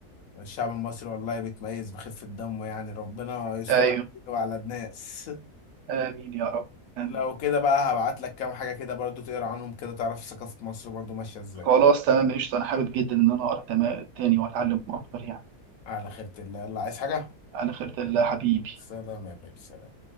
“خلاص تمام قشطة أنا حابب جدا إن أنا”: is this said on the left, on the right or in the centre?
Right